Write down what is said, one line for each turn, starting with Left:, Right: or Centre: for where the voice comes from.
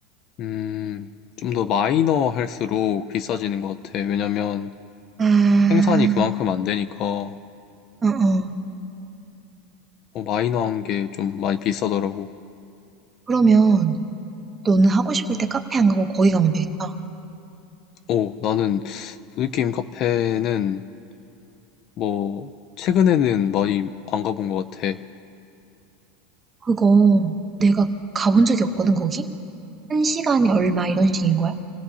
Left: 음, 좀 더 마이너 할수록 비싸지는 것 같아. 왜냐면
Right: 아,
Left: 생산이 그만큼 안 되니까
Right: 어, 어.
Left: 어, 마이너한 게 좀 많이 비싸더라고.
Right: 그러면 너는 하고 싶을 때 카페 안 가고 거기 가면 되겠다.
Left: 어, 나는 보드게임 카페는 뭐 최근에는 많이 안 가본 것 같아.
Right: 그거 내가 가본 적이 없거든, 거기? 한 시간에 얼마 이런 식인 거야?